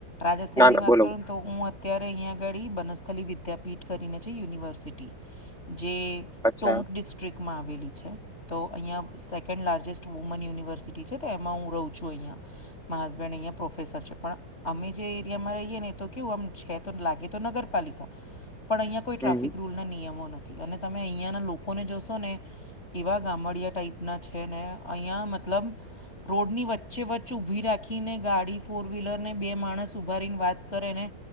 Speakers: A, on the left (about 30°); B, in the centre.
A: રાજસ્થાનની
B: ના ના
A: વાત
B: બોલો
A: કરું.
B: બોલો.
A: તો હું અત્યારે અહીંયા આગળ બનસ્થલી વિદ્યાપીઠ કરીને છે યુનિવર્સિટી. જે
B: અચ્છા
A: ટોક ડિસ્ટ્રિકમાં આવેલી છે તો અહીંયા. સેકન્ડ લાર્જસ્ટ વુમન યુનિવર્સિટી છે તો એમાં હું રહું છું અહીંયા મા હસબેન્ડ અહીંયા પ્રોફેસર છે પણ. અમે જે એરિયામાં રહીએ ને એ તો કેવું આમ છે તો લાગે તો નગરપાલિકા પણ અહીં. કોઈ ટ્રાફિક
B: હમ.
A: રૂલના નિયમો નથી અને તમે અહીંયાના લોકોને જોશો ને એવા ગામડિયા ટાઈપ. એના છે નને હીિયાયા મતલબ. રોડની વચ્ચે વચ્ચે ઊભી રાખીને ગાડી ફોર વ્હીલરને બે માણસ ઉઊભાારીને વાત કરે ને